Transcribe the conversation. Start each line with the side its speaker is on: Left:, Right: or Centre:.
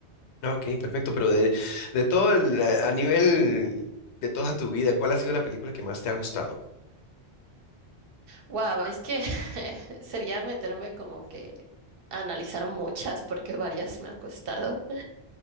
Left: Ok, perfecto, pero de, de todo el, eh, a nivel de toda tu vida, ¿cuál ha sido la película que más te ha gustado?
Right: Wow, es que <laughs> sería meterme como que a analizar muchas porque varias me han costado.